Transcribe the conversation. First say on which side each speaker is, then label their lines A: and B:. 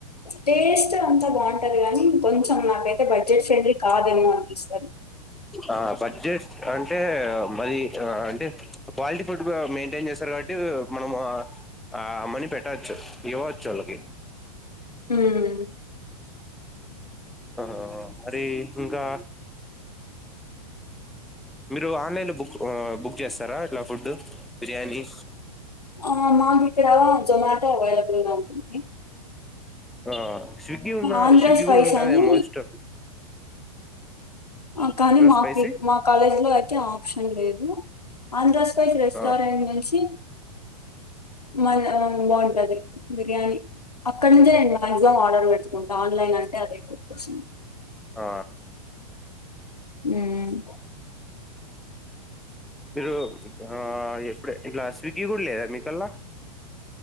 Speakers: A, on the left (about 90°); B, in the centre.
A: టేస్ట్ అంతా బావుంటది, కాని కొంచెం నా పె బడ్జెట్ ఫ్రెండ్లి కాదేమో అనిపిస్తాది
B: ఆ బడ్జెట్ అంటే మది ఆ అంటే క్వాలిటీ ఫుడ్ మెయింటేన్ చేస్తారు, కాబట్టి మనము ఆ ఆ మనీ పెట్టచ్చు ఇవ్వచ్చు వాళ్ళకి
A: హ్మ్..
B: ఆ... అరే ఇంకా మీరు ఆన్లైన్ బుక్ ఆ బుక్ చేస్తారా ఇట్లా ఫుడ్ బిర్యానీస్
A: ఆ మాక్ ఇక్కడా జొమాటో అవైలబుల్ గా ఉంటుంది.
B: ఆ స్విగ్గి ఉన్నా
A: ఆంధ్ర
B: స్విగ్గి
A: స్పైస్
B: గూడ్ ఉంటాదేమోస్టు
A: అని అ కానీ మాకి
B: స్పైసీ
A: ఇక్ మా కాలేజ్ లో అయితే ఆప్షన్ లేదు. అందస్ స్పైస్ రెస్టారెంనుంచి
B: ఆ
A: మల్ ఊమ్ బావుంటది, బిర్యానీ అక్కనుంచే నేను మాక్సిమం ఆర్డర్ పెట్కుంటా ఆన్లైన్ అంటే అదే గుర్తొస్తుంది.
B: ఆ
A: హ్మ్
B: మీరు ఆ ఎప్పుడె ఇట్లా స్విగ్గీ కూడా లేదా మీకల్లా